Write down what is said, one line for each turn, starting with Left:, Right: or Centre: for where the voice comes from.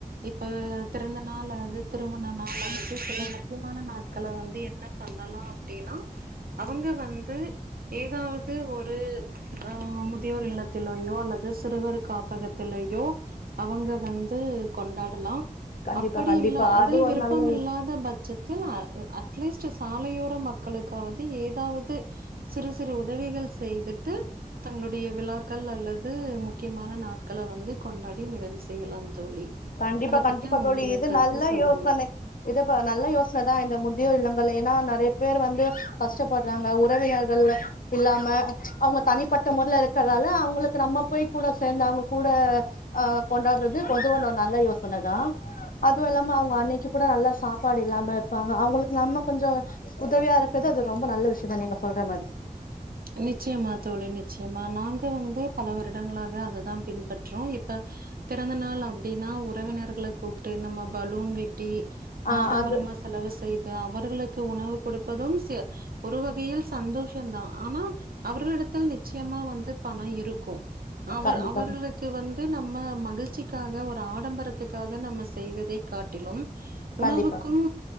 Right: இப்ப பிறந்த நாள் அது திருமண நாள் அல்லது சில முக்கியமான நாட்கள வந்து என்ன பண்ணலா அப்டின்னா அவங்க வந்து ஏதாவது ஒரு ஆ முதியோர் இல்லத்துலயோ அல்லது சிறுவர் காப்பகத்துலயோ அவங்க வந்து கொண்டாடலா
Left: கண்டிப்பா
Right: அப்படி
Left: கண்டிப்பா
Right: இல்ல அதில்
Left: அது ஒரு
Right: விருப்பம்
Left: நல்ல
Right: இல்லாத பட்ச த்தில் அ அட்லீஸ்ட்டு சாலையோர மக்களுக்காவது ஏதாவது சிறு சிறு உதவிகள் செய்துட்டு தங்களுடைய விழாக்கள் அல்லது முக்கியமான நாட்கள வந்து கொண்டாடி நிறைவு செய்யலாம் தோழி
Left: கண்டிப்பா
Right: அத
Left: கண்டிப்பா
Right: பத்தி உங்களுடைய
Left: தோழி இது
Right: கருத்து
Left: நல்ல
Right: சொல்லுங்க
Left: யோசனை இதப்ப நல்ல யோஸ்ன தா இந்த முதியோர் இல்லங்கள் ஏனா நெறைய பேர் வந்து கஷ்டப்பட்றாங்க உறவினர்கள் அ இல்லாம அவுங்க தனிப்பட்ட மொறல இருக்கற்தால அவுங்களுக்கு நம்ம போய் கூட சேந்து அவுங்க கூட அ கொண்டாட்றது பொதுவான நல்ல யோசன தா அதுவு இல்லாம அவுங்க அன்னைக்கி கூட நல்ல சாப்பாடு இல்லாம இர்ப்பாங்க அவுங்களுக்கு நம்ம கொஞ்சோ உதவியா இருக்கறது அது ரொம்ப நல்ல விஷ்யோந்தா நீங்க சொல்ற மாதி
Right: நிச்சயமா தோழி நிச்சயமா நாங்க வந்து பல வருடங்களாக அததான் பின்பற்றுறோம் இப்ப பிறந்த நாள் அப்டின்னா உறவினர்கள கூப்ட்டு நம்ம பலூன் வெட்டி
Left: ஆ
Right: ஆடம்பரமா
Left: அது
Right: செலவு செய்து அவர்களுக்கு உணவு குடுப்பதும் ஒரு வகையில் சந்தோஷந்தா ஆனா, அவர்களிடத்தில் நிச்சயமா வந்து பணம் இருக்கும் அவர்
Left: கண்டிப்பா
Right: அவர்கள் க்கு வந்து நம்ம மகிழ்ச்சிக்காக ஒரு ஆடம்பரத்துக்காக நம்ம செய்வதை காட்டிலும் உணவுக்கும்
Left: கண்டிப்பா